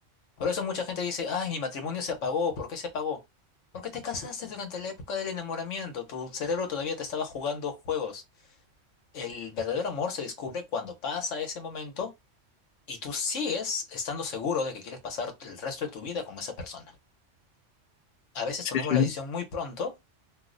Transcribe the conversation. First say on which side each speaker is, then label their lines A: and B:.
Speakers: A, on the left; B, on the left.
A: Por eso mucha gente dice, ay, mi matrimonio se apagó. ¿Por qué se apagó? Porque te casaste durante la época del enamoramiento. Tu cerebro todavía te estaba jugando juegos. El verdadero amor se descubre cuando pasa ese momento y tú sigues estando seguro de que quieres pasar el resto de tu vida con esa persona. A veces
B: Sí,
A: tomamos
B: sí,
A: la
B: sí.
A: decisión muy pronto